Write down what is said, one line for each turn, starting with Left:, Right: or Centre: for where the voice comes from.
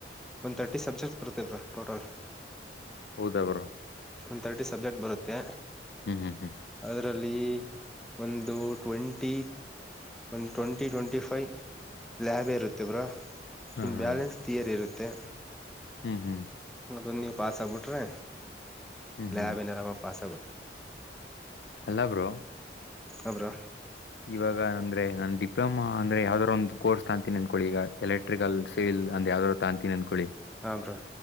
Centre: ಒಂದು ತರ್ಟಿ ಸಬ್ಜೆಕ್ಟ್ ಬರ್ತೇವ್ರ ಟೋಟಲ್
Left: ಹೌದ ಬ್ರೋ
Centre: ಒಂದು ತರ್ಟಿ ಸಬ್ಜೆಕ್ಟ್ ಬರುತ್ತೆ
Left: ಹ್ಮ್ ಹ್ಮ್ ಹ್ಮ್
Centre: ಆದದ್ರ ಇಟಲಿ ಒಂದು ಟ್ವೆಂಟಿ ಒಂದು ಟ್ವೆಂಟಿ ಟ್ವೆಂಟಿ ಫೈವ್ ಲ್ಯಾಬ್ ಇರುತ್ತೆ ಬ್ರೋ
Left: ಹಾ
Centre: ಇನ್
Left: ಹಾ
Centre: ಬ್ಯಾಲೆನ್ಸ್ ತಿಯರ್ ಇರುತ್ತೆ ಮತ್ತೆ
Left: ಹ್ಮ್ ಹ್ಮ್
Centre: ಅದೊ ನೀವು ಪಸ್ ಆಗ್ಬಿಟ್ರೆ
Left: ಹ್ಮ್
Centre: ಲ್ಯಾಬ್
Left: ಹ್ಮ್
Centre: ಏನ್ ಆರಾಮಾಗಿ ಪಾಸ ಆಗುತ್ತೆ
Left: ಅಲ್ಲ ಬ್ರೋ
Centre: ಅಬ್ಬರ
Left: ಇವಾಗ ಅಂದ್ರೆ ನಾನ ಡಿಪ್ಲೊಮ ಅಂದ್ರೆ ಯಾವ್ದಾದ್ ಒಂದು ಕೋರ್ಸ್ ತಂತೀ ಅನ್ಕೊಳ್ಳಿ ಈಗ ಎಲೆಕ್ಟ್ರಿಕಲ್ ಸಿವಿಲ್ ಅಂದ್ರ ಯಾವ್ದಾದ್ ತಗಂತೀ ಅನ್ಕಿ
Centre: ಹಾ ಬ್ರೋ